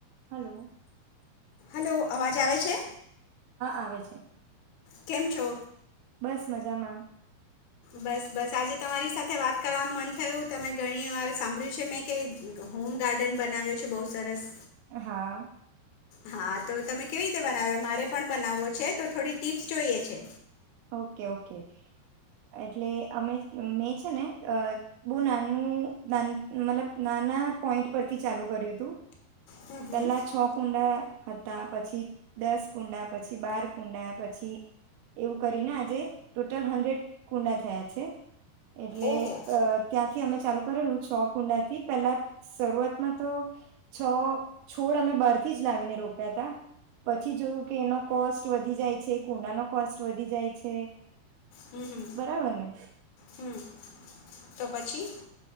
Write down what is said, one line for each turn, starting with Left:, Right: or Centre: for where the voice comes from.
Right: Hello
Left: hello અવાજ વાજ આવે છે
Right: આવે હા
Left: કેમ છો
Right: બસ મજામાં
Left: બસ બસ આજે તમારી સાથે વાત કરવાનું મન થયું તમે ઘણી વાર સાંભળ્યું છે મેં કે હોમ ગાર્ડન બનાવ્યો છે બહુ સરસ
Right: હા
Left: હા તો તમે કેવી રીતે બનાવ્યો મારે પણ બનાવવો છે તો થોડી ટીપ્સ જોઈએ છે
Right: ઓકે ઓકે એટલે અમે મેં છે ને બહુ નાનું મતલબ નાના પોઈન્ટ પરથી ચાલુ કર્યું હતું
Left: હમ હમ
Right: પે લા છો કુંડા હતા પછી દસ કુંડા પછી બાર કુંડા પછી એવું કરીને આજે ટોટલ હંડ્રેડ કુંડા થયા છે એટલે
Left: ઓહો
Right: ત્યાંથી અમે ચાલુ કરેલું છ કુંડાથી પેલા શરૂઆતમાં તો છ છોડ અમે બાર થી જ લાવીને રોપ્યા ત પછી જોયું કે એનો કોસ્ટ વધી જાય છે કુંડાનો કોસ્ટ વધ જાય છે
Left: હમ હમ
Right: બરાબરને
Left: હમ તો પછી